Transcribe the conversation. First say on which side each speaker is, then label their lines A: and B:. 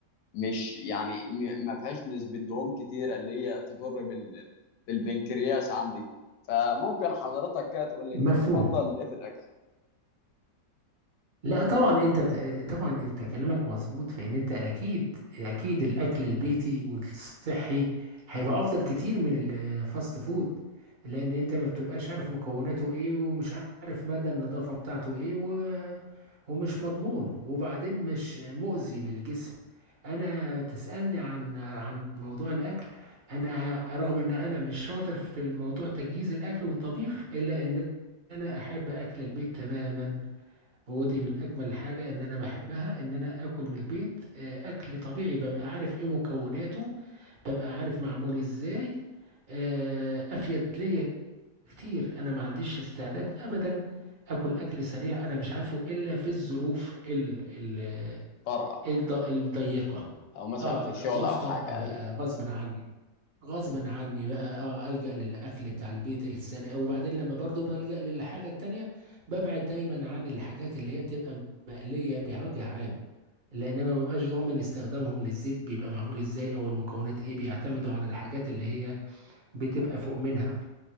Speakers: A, on the left (about 80°); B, on the right (about 35°).
A: مش يعني م- ما فيهاش نسبة دهون كتيرة اللي هي تضر بال بالبنكرياس عندي فممكن حضرتك كده تقول لي
B: مفهوم
A: انت بتفضل ايه في الاكل
B: لا طبعا انت بت... طبعا انت كلامك مظبوط في ان انت اكيد اكيد الاكل البيتي والصحي هيبقى افضل كتير من الفاست فود لان انت ما بتبقاش عارف مكوناته ايه ومش عارف مدى النظافة بتاعته ايه و... ومش مضمون وبعدين مش مؤذي للجسم انا تسألني عن عن موضوع الاكل انا رغم ان انا مش شاطر في الموضوع تجهيز الاكل والطبيخ الا ان انا احب اكل البيت تماما ودي من اجمل الحاجه ان انا بحبها ان انا اكل من البيت آه، اكل طبيعي ببقى عارف ايه مكوناته ببقى عارف معمول ازاي آه، افيد ليا كتير انا ما عنديش استعداد ابدا اكل اكل سريع انا مش عارفه الا في الظروف ال ال
A: طرقة
B: الض- الضيقه
A: او مثلا
B: اه
A: في الشغل
B: ظروف
A: او
B: طارئه
A: حاجة
B: بقى
A: ايوه
B: غصب عني غصب عني بقى اه ألجأ للأكل بتاع البيت السنة وبعدين لما برضو بلجأ للحاجة التانية ببعد دايما عن الحاجات اللي هي بتبقى مقلية بوجه عام لأن أنا ما ببقاش ضامن استخدامهم للزيت بيبقى معمول إزاي أو المكونات إيه بيعتمدوا على الحاجات اللي هي بتبقى فوق منها